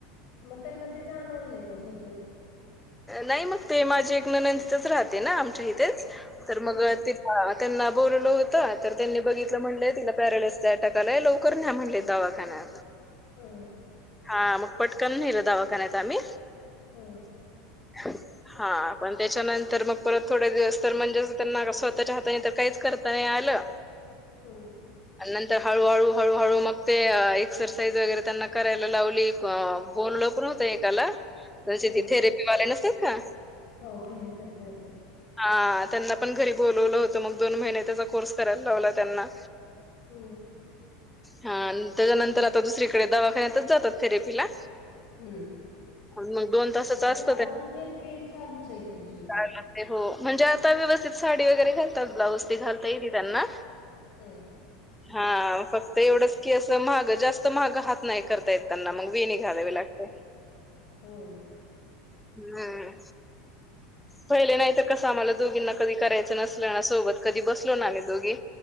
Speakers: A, on the left; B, in the centre.
A: मग त्यांना ते जाणवलं नाही का झोपेत.
B: नई मग ते माझी एक ननंद तीथंच राहते ना आमच्या हितेच तर
A: हम्म
B: मग ते हा त्यांना बोललं होत तर त्यांनी बघितलं म्हटलंय तिला पॅरालाइजचा अटॅक आलाय लवकर न्या ह्या म्हणले दवाखान्यात.
A: हम्.
B: हा मग पटकन न्हेलं दवाखान्यात आम्ही.
A: हम्म.
B: हा हा पण त्याच्यानंतर मग परत थोडे दिवस तर म्हणजेच त्यांना स्वतःच्या हाताने तर काईच करत् तयालं.
A: हम्म.
B: अन् नंतर हळूहळू हळूहळू मग ते एक्सरसाईज वगैरे त्यांना करायला लावली. आं बोललो पण होतं एकाला म्हजे
A: हम्म.
B: ते थेरेपी वाल्यालाच बर का.
A: हो फिजिओथेरपी वाले.
B: हा त्यांना पण घरी बोलवलं होतं मग दोन महिने त्याचा कोर्स करायल लावला त्यांना.
A: हम्म.
B: हा अन् त्याच्यानंतर आता दुसरीकडे दवाखान्यातच जातात थेरेपीला.
A: हम्म.
B: अन् मग दोन तासाचा
A: म्हणजे
B: अस्
A: अजून थेरपी चालूचे त्यांची.
B: काय म्हणते हो म्हणजे आता व्यवस्थित साडी वगैरे घालतात ब्लाऊज ते घालता येती त्यांना.
A: हं.
B: हा फक्त एवढंच की असं माहग जास्त माहग हात नाय करता येत त्यांना मग वेणी घालावी लागते.
A: होय.
B: हम्. पईले नाय त कसं आम्हाला दोघींना कधी करायचं नसल ना सोबत कधी बसलो ना आम्ही दोघी.